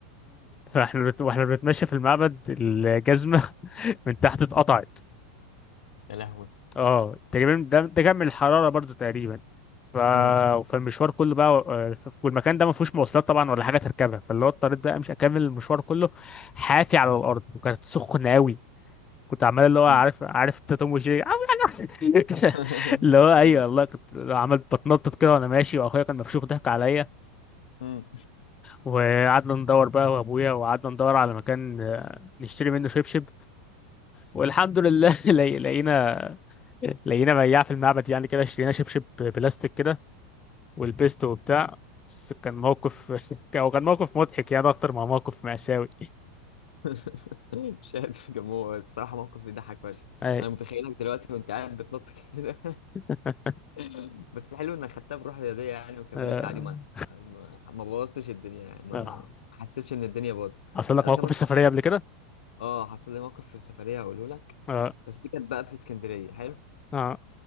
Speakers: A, on the left; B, on the left.
A: فاحنا بت... واحنا بنتمشى في المعبد الجزمة <laughs> من تحت اتقطعت
B: يا لهوي
A: اه تقريبا ده ده كان من الحرارة برضو تقريبا ف...
B: مم.
A: فالمشوار كله بقى آه، والمكان ده ما فيهوش مواصلات طبعا ولا حاجة تركبها فاللي هو اضطريت بقى مش اكمل المشوار كله حافي على الأرض وكانت سخنة قوي كنت عمال اللي هو عارف
B: مم.
A: عارف انت توم وجيري عامل حاجه أحسن.
B: <laughs>
A: <laughs> اللي هو ايوه والله كنت عملت بتنطط كده وانا ماشي واخويا كان مفشوخ ضحك عليا
B: مم.
A: وقعدنا ندور بقى وابويا وقعدنا ندور على مكان آه، نشتري منه شبشب والحمد لله <laughs> لقي- لقينا لقينا بياع في المعبد يعني كده اشترينا شبشب بلاستيك كده ولبسته وبتاع بس كان موقف <laughs> او كان موقف مضحك يعني اكتر ما موقف مأساوي
B: <laughs> مش قادر كان هو الصراحة موقف يضحك فشخ
A: اي
B: أنا متخيلك دلوقتي وأنت قاعد بتنط كده
A: <laughs>
B: <laughs> بس حلو إنك خدتها بروح رياضية يعني وكملت
A: اه
B: عادي ما ما ما بوظتش الدنيا يعني ما
A: اه
B: ما حسيتش إن الدنيا باظت
A: حصل لك
B: أنا
A: موقف
B: كمان
A: في السفرية
B: حصل
A: قبل كده؟
B: آه حصل لي موقف في سفرية هقوله لك
A: اه
B: بس دي كانت بقى في اسكندرية حلو
A: اه